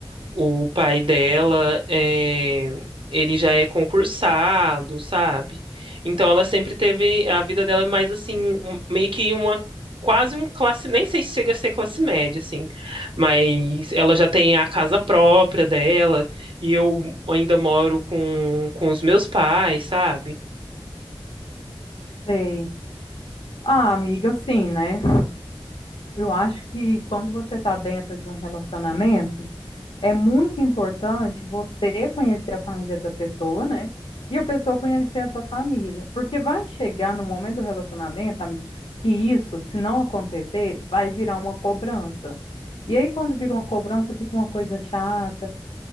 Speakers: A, on the right; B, on the left.
A: O pai dela é, ele já é concursado, sabe? Então ela sempre teve a vida dela é mais assim, um- meio que uma quase um classe, nem sei se chega a ser classe média assim, mas ela já tem a casa própria dela e eu ainda moro com com os meus pais, sabe?
B: Sei. Ah, amiga, assim, né? Eu acho que quando você está dentro de um relacionamento, é muito importante você conhecer a família da pessoa, né? E a pessoa conhecer a sua família. Porque vai chegar no momento do relacionamento, amiga, que isso, se não acontecer, vai virar uma cobrança. E aí, quando vira uma cobrança, fica uma coisa chata.